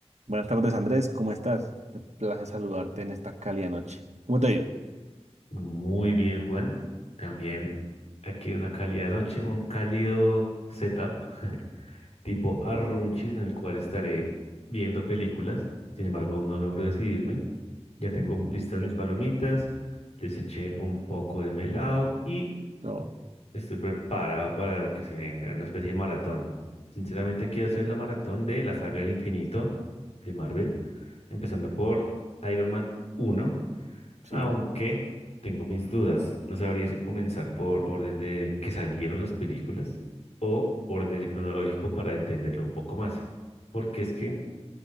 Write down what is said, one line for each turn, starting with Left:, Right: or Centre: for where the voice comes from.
Right: Buenas tardes, Andrés. ¿Cómo estás? Me place saludarte en esta cálida noche. ¿Cómo te ha ido?
Left: Muy bien, Juan. También aquí una cálida noche, un cálido setup <laughs> tipo Arrunchis en el cual estaré viendo películas. Sin embargo, aún no logro decidirme. Ya tengo listas mis palomitas, les eché un poco de melado y
Right: No,
Left: estoy preparado para lo que se venga, una especie de maratón. Sinceramente, quiero hacer la maratón de la saga del infinito de Marvel, empezando por Iron Man uno.
Right: sí,
Left: Aunque tengo mis dudas, no sabría si comenzar por orden de que salieron las películas o orden cronológico para entenderlo un poco más. Porque es que,